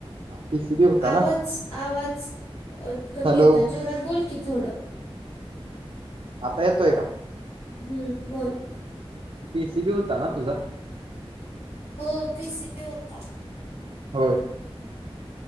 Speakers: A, on the right (about 65°); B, on the left (about 70°).
A: पीसीबी होता
B: आवाज
A: ना?
B: आवाज अ कमी
A: हॅलो.
B: येतोय जोरात बोल की थोड.
A: आता येतोय का?
B: हम्म्म बोल
A: पी सी बी होता ना तुझा?
B: हो पी सी बी होता.
A: होय